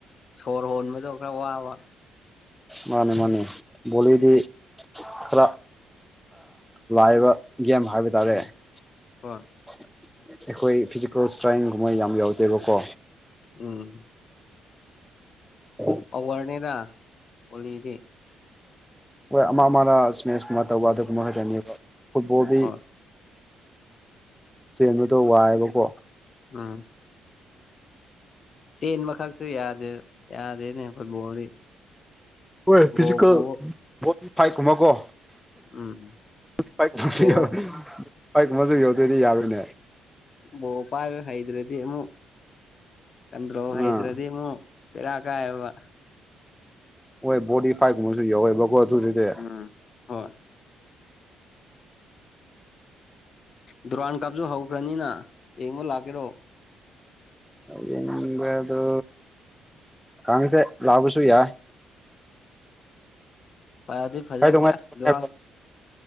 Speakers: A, on the left; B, in the centre.
A: ꯁꯣꯔ ꯍꯣꯟꯕꯗꯣ ꯈꯔ ꯋꯥꯕ
B: ꯃꯥꯅꯤ ꯃꯥꯅꯦ ꯕꯣꯂꯤꯗꯤ ꯈꯔ ꯂꯥꯏꯕ ꯒꯦꯝ ꯍꯥꯏꯕ ꯇꯥꯔꯦ
A: ꯎꯝ
B: ꯑꯩꯈꯣꯏ
A: ꯍꯣꯏ
B: ꯐꯤꯖꯤꯀꯦꯜ ꯏꯁꯇ꯭ꯔꯦꯡꯒꯨꯝꯕ ꯌꯥꯝ ꯌꯥꯎꯗꯦꯕꯀꯣ
A: ꯎꯝ
B: <unintelligible>
A: ꯄꯋꯥꯔꯅꯦꯗ ꯍꯂꯤꯗꯤ
B: ꯍꯣꯏ ꯑꯃ ꯑꯃꯅ ꯏꯁꯃꯦꯃꯦꯁꯀꯨꯝꯕ ꯇꯧꯕ
A: ꯎꯝ
B: ꯑꯗꯨꯒꯨꯝꯕ ꯈꯛꯇꯅꯦꯕ ꯐꯨꯠꯕꯣꯜꯗꯤ
A: ꯍꯣꯏ
B: ꯆꯦꯟꯕꯗꯣ ꯋꯥꯏꯑꯦꯕꯀꯣ
A: ꯎꯝ ꯇꯦꯟ ꯃꯈꯈꯛꯁꯨ ꯌꯥꯗꯦ ꯌꯥꯗꯦꯅꯦ ꯐꯨꯠꯕꯣꯜꯗꯤ
B: ꯍꯣꯏ ꯐꯤꯖꯤꯀꯦꯜ
A: ꯕꯣꯜ ꯄꯨꯕ
B: ꯕꯣꯗꯤ ꯐꯥꯏꯠꯀꯨꯝꯕꯀꯣ
A: ꯎꯝ
B: ꯄꯛꯨꯝ
A: ꯕꯣꯜ
B: ꯑꯃꯁꯨ ꯌꯧꯗꯣꯏꯗꯤ ꯌꯥꯕꯣꯏꯅꯦ
A: ꯚꯣꯄꯥꯜ ꯍꯩꯗ꯭ꯔꯥꯗꯤ ꯑꯃ ꯀꯟꯗ꯭ꯔꯣ ꯍꯩꯗ꯭ꯔꯥꯗꯤ
B: ꯑꯥ
A: ꯑꯃ ꯐꯔꯥ ꯀꯥꯏꯑꯕ
B: ꯍꯣꯏ ꯕꯣꯗꯤ ꯄꯥꯏꯞꯀꯨꯝꯕꯁꯨ ꯌꯥꯎꯋꯦꯕꯀꯣ ꯑꯗꯨꯗꯨꯗꯤ
A: ꯎꯝ ꯍꯣꯏ ꯗꯨꯔꯥꯟ ꯀꯥꯞꯁꯨ ꯍꯧꯈ꯭ꯔꯅꯤꯅ ꯌꯦꯡꯕ ꯂꯥꯛꯀꯦꯔꯣ
B: ꯌꯦꯅꯤꯡꯕ ꯑꯗꯨ ꯀꯃꯤꯁꯦ ꯂꯥꯎꯁꯨ ꯌꯥ
A: ꯐꯔ ꯑꯗꯨꯗꯤ ꯐꯖꯒꯅꯦ
B: ꯀꯩꯗꯧꯉꯩ
A: ꯑꯁ ꯗꯔꯥꯡ